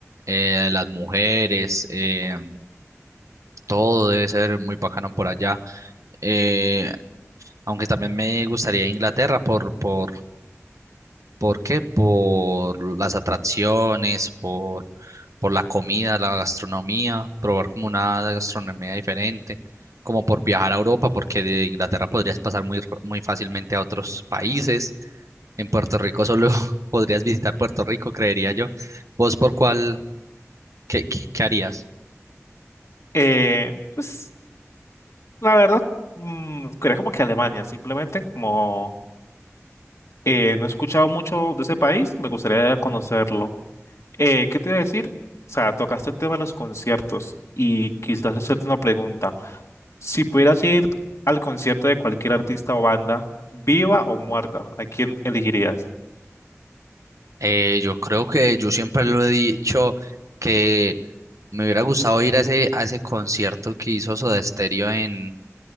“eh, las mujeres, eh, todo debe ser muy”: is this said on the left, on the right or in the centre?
Right